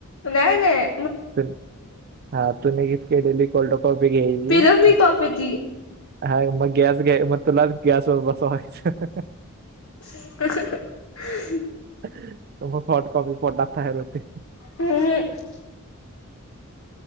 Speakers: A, on the left; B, on the right.
A: नाय नाय.
B: तर हा तूने गिफ्ट केलेली कोल्ड कॉफी घ्यायची
A: पिलो मी कॉफी ती
B: हाय मग गॅस घे म तुला गॅसवर बसवायचं.
A: कसं गं
B: तो मग हॉट कॉपी पोटात तयार होते.
A: उम्म हम्म.